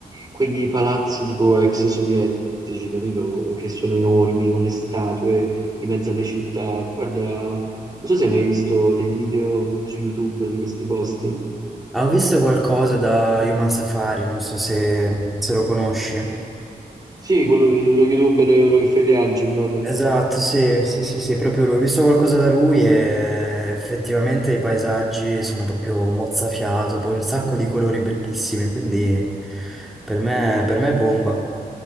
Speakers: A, on the right; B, in the centre.
A: quegli palazzi tipo ex sovietici, capito, che sono enormi con le statue in mezzo alle città. Guarda, non so se hai mai visto dei video su YouTube di questi posti.
B: Ah, Ho visto qualcosa da Human Safari, non so se, se lo conosci.
A: Sì, quello dello youtuber, quello che fa i viaggi proprio.
B: Esatto, sì, sì, sì, sì, proprio lui. Ho visto qualcosa da lui e effettivamente i paesaggi sono proprio mozzafiato, poi un sacco di colori bellissimi, quindi per me, per me è bomba.